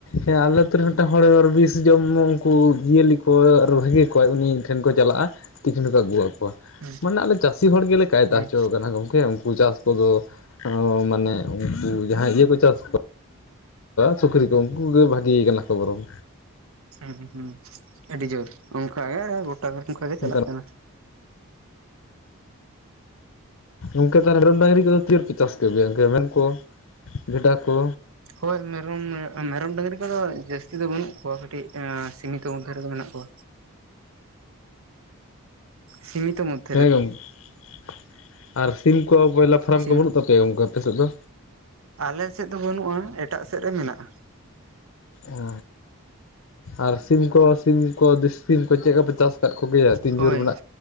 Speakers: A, on the left (about 60°); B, on the right (about 65°).
A: ᱦᱮᱸ ᱟᱞᱮ ᱟᱹᱛᱩ ᱨᱮ ᱢᱤᱫᱴᱟᱝ ᱦᱚᱲ ᱵᱤᱥ ᱡᱚᱢ ᱩᱱᱠᱩ ᱡᱤᱭᱟᱹᱞᱤ ᱠᱚ ᱟᱨ ᱵᱷᱟᱹᱜᱤ ᱠᱚᱣᱟ ᱩᱱᱤ ᱴᱷᱮᱱ ᱠᱚ ᱪᱟᱞᱟᱜᱼᱟ, ᱛᱤᱠᱱᱩ ᱠᱚ ᱟᱹᱜᱩᱣᱟ ᱠᱚᱣᱟ
B: ᱦᱮᱸ
A: ᱢᱟᱱᱮ ᱟᱞᱮ ᱪᱟᱹᱥᱤ ᱦᱚᱲ ᱜᱮᱞᱮ ᱠᱟᱭᱫᱟ
B: ᱦᱮᱸ
A: ᱦᱚᱪᱚ ᱠᱟᱱᱟ ᱜᱚᱢᱠᱮ ᱩᱱᱠᱩ ᱪᱟᱥ ᱠᱚᱫᱚ ᱢᱟᱱᱮ ᱩᱱᱠᱩ ᱡᱟᱦᱟᱸ ᱤᱭᱟᱹ ᱠᱚ ᱪᱟᱥ ᱠᱚ ᱥᱩᱠᱨᱤ ᱠᱚ ᱩᱱᱠᱩ ᱠᱚᱜᱮ ᱵᱷᱟᱹᱜᱮ ᱠᱟᱱᱟ ᱠᱚ ᱵᱚᱨᱚᱱ
B: ᱦᱩᱸ ᱦᱩᱸ ᱟᱹᱰᱤ ᱡᱳᱨ ᱚᱱᱠᱟ ᱜᱮ ᱜᱚᱴᱟ ᱫᱷᱟᱨ ᱚᱱᱠᱟ ᱜᱮ
A: ᱚᱱᱠᱟᱱᱟᱜ
B: ᱪᱟᱞᱟᱜ ᱠᱟᱱᱟ᱾
A: ᱜᱚᱢᱠᱮ ᱛᱟᱦᱚᱞᱮ ᱢᱮᱨᱚᱢ ᱰᱟᱹᱝᱨᱤ ᱠᱚᱫᱚ ᱛᱤᱭ ᱯᱮ ᱪᱟᱥ ᱠᱚ ᱟᱹᱜᱩᱭᱟ ᱢᱮ ᱠᱚ ᱵᱷᱮᱰᱟ ᱠᱚ
B: ᱦᱳᱭ ᱢᱮᱨᱚᱢ ᱢᱮᱨᱚᱢ ᱰᱟᱹᱜᱽᱨᱤ ᱠᱚᱫᱚ ᱡᱟᱥᱛᱤ ᱠᱚ ᱫᱚ ᱵᱟᱹᱱᱩᱜ ᱠᱚᱣᱟ ᱠᱟᱹᱴᱤᱡ ᱥᱤᱢᱤᱛᱚ ᱢᱚᱫᱽᱫᱷᱮ ᱨᱮᱜᱮ ᱢᱮᱱᱟᱜ ᱠᱚᱣᱟ᱾ ᱥᱤᱢᱤᱛᱚ ᱢᱚᱫᱚᱛᱷ
A: ᱦᱮᱸ ᱜᱚᱢᱠᱮ ᱟᱨ ᱥᱤᱢ ᱠᱚ ᱵᱚᱭᱞᱟᱨ ᱯᱷᱟᱨᱟᱢ
B: ᱥᱤᱢ
A: ᱠᱚ ᱵᱟᱹᱱᱩᱜ ᱛᱟᱯᱮᱭᱟ ᱜᱚᱢᱠᱮ ᱟᱯᱮᱥᱮᱫ ᱫᱚ?
B: ᱟᱞᱮ ᱥᱮᱫ ᱫᱚ ᱵᱟᱹᱱᱩᱜᱼᱟ ᱮᱴᱟᱜ ᱥᱮᱫ ᱨᱮ ᱢᱮᱱᱟᱜᱼᱟ᱾
A: ᱚ ᱟᱨ ᱥᱤᱢ ᱠᱚ ᱥᱤᱢ ᱠᱚ ᱫᱤᱥᱤ ᱥᱤᱢ ᱠᱚ ᱪᱮᱫ ᱠᱚᱯᱮ ᱪᱟᱥ ᱟᱠᱟᱫ ᱠᱚᱜᱮ ᱛᱤᱱ
B: ᱦᱳᱭ
A: ᱡᱳᱨ ᱢᱮᱱᱟᱜ